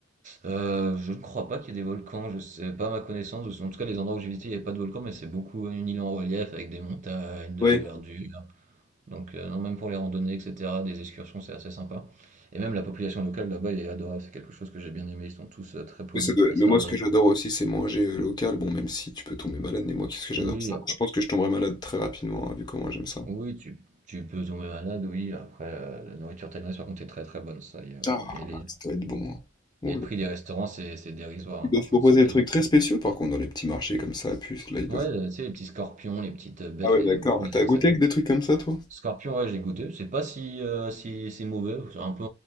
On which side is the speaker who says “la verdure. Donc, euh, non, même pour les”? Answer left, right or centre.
Right